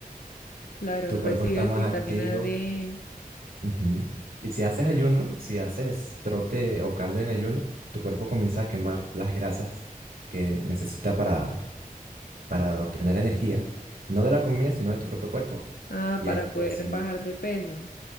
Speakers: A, on the left (about 75°); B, on the right (about 75°).
A: Claro,
B: tu
A: recibes
B: cuerpo está más
A: vitamina
B: activo.
A: D,
B: ujú. Y si haces ayuno, si haces trote o cardio en ayuno, tu cuerpo comienza a quemar las grasas que necesita para, para obtener energía, no de la comida, sino de tu propio cuerpo.
A: ah,
B: Y,
A: para
B: es-
A: poder
B: y así
A: bajar de peso.